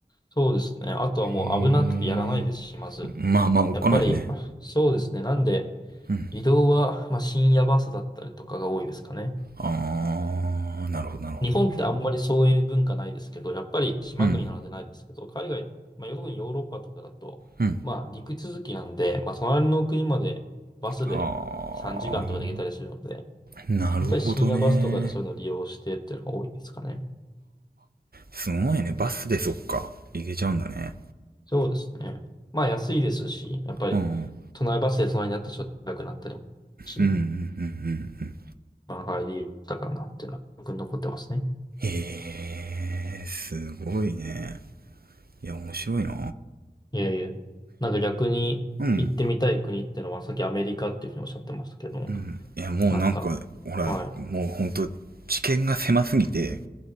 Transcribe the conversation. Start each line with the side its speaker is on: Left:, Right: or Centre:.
Left: そうですね。あとはもう危なくてやらないですし、
Right: へえ
Left: まず。
Right: まあまあ、おっかないね。
Left: やっぱり、そうですね。なんで、
Right: うん。
Left: 移動は、まあ深夜バスだったりとかが多いですかね。
Right: あー、なるほど、なるほど。
Left: 日本ってあんまりそういう文化ないですけど、やっぱり島国なのでないですけど、
Right: うん
Left: 海外、まあ、特にヨーロッパとかだと、
Right: うん
Left: まあ、陸続きなんで、まあ、隣の国までバスで3時間とかで行けたりするので、
Right: はあ。
Left: や
Right: なるほどね。
Left: っぱり深夜バスとかでそういうのを利用してっていうのが多いですかね。
Right: すごいね。バスでそっか。行けちゃうんだね。
Left: そうですね。まあ、安いですし、やっぱり、
Right: うんうん
Left: 隣バスで隣になった人が高くなったりもするし、
Right: うんうんうん
Left: まあ、入りたかなっていうのは、僕に残ってますね。
Right: へえすごいねいや面白いな
Left: いえいえ。なんか逆に行ってみたい国ってのは、
Right: うん
Left: さっきアメリカっていうふうにおっしゃってましたけど
Right: うんいやもうなんかほらもうほんと知見が狭すぎて
Left: なんか、は